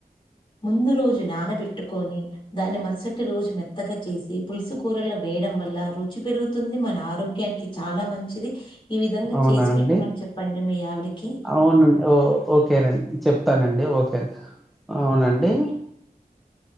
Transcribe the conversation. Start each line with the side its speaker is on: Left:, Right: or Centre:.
Left: ముందు రోజు నానబెట్టుకొని దాన్ని మరుసటి రోజు మెత్తగా చేసి పులుసు కూరలో వేడి వల్ల రుచి పెరుగుతుంది మన ఆరోగ్యానికి చాలా మంచిది ఈ విధంగా
Centre: అవునా
Left: చేసి
Centre: అండి
Left: పెట్టమని చెప్పండి మీ ఆవిడికి
Centre: అవునండి ఓ ఓకేనండి చెప్తానండి ఓకేండి అవునండి